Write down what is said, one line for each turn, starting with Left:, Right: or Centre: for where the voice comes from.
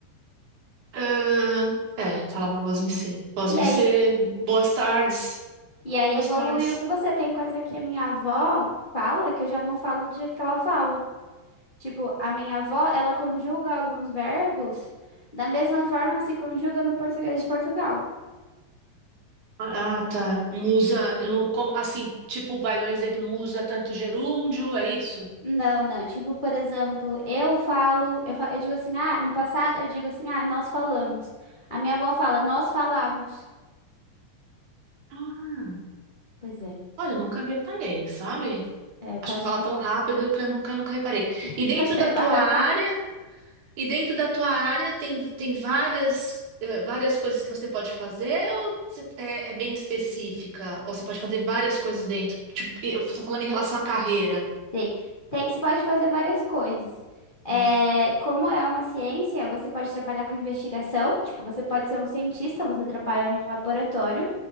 Right: Ah, é, falava voz me ser. Voz
Left: E
Right: me
Left: aí,
Right: ser, boas tardes.
Left: e aí
Right: Boas
Left: evoluiu
Right: tardes.
Left: para você. Tem coisa que a minha avó fala que eu já não falo do jeito que ela fala. Tipo, a minha avó, ela conjuga alguns verbos da mesma forma que se conjuga no português de Portugal.
Right: Ah, tá. Não usa, não- como, assim, tipo, vai dar um exemplo, não usa tanto gerúndio, é isso?
Left: Não, não. Tipo, por exemplo, eu falo, eu, fa- eu digo assim, ah, no passado eu digo assim, ah, nós falamos. A minha avó fala, nós falamos.
Right: Ah,
Left: Pois é,
Right: olha, eu nunca reparei, sabe?
Left: é, pode,
Right: Acho que fala tão rápido que eu nunca, nunca reparei.
Left: <laughs>
Right: E dentro
Left: pode
Right: da
Left: reparar.
Right: tua área, e dentro da tua área tem, tem várias, eh, várias coisas que você pode fazer ou você- é, é bem específica? Ou você pode fazer várias coisas dentro? Tipo, eu estou falando em relação à carreira.
Left: Sim. Tem, você pode fazer várias coisas. É,
Right: É.
Left: como é uma ciência, você pode trabalhar com investigação. Tipo, você pode ser um cientista, você trabalha num laboratório